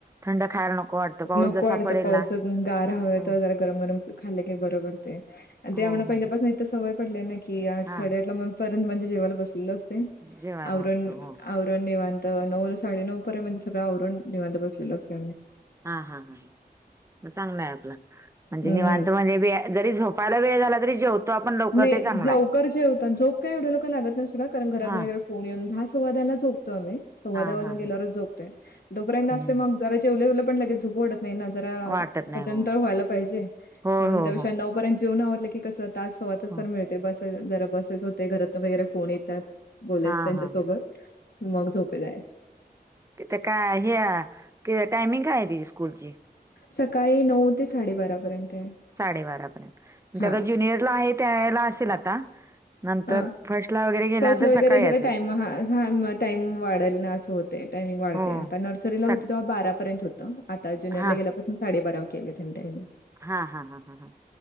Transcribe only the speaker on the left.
नको
वाढता
पाऊस
गार हव
तर जरा गरम गरम खाल्लं कि बरं पडते आणि
त्यामुळे
पहिल्यापासून इथ सवय पडलाय ना की आठ
साडेआठ लार्ंत म्हणजे जेवाला बसलेलो असतो
<inaudible> अण
निवांत नऊ साडे नऊ पर्यंत म्हणजे सगळं वरुण निवांत बसलेलं असत
हम्म
नाही
लवकर
जे होत झोप काय एवढं लोक लागत नाही सुद्धा कारण घरात
वगैरे कोण येऊन दहा सव्वादाला झोपतो आम्ही सव्वादा
वाजून
गल्यावरच
झोपतेो तोपर्यंत असते
मग. वले पणगे झपड. नाही ना जरा
स्वतंत
व्हायला पाहिजे
म्हणून
त्याविषयी
नऊ पर्यंत जेवन आवरलं की कसं. तास स्वातच
तर मिळते बसे जरा बसेच होते घरातन वगैरे फोन येतात बोलेयच
त्यांच्यासोबत.
मग झोपेलाय.
सकाळी नऊ ते साडेबारापर्यंत आहे
हा.
हा.
फर्स्टला वगैरे
जरा
टाइम हा हा टाइम वाढेल ना असं होते टाइमिंग वाढते
आता नर्सरीला
होती तेव्हा बारापर्यंत होते. आता ज्युनियर
ला गेल्यापासून साडे बारा केलं त्यां टामिंग,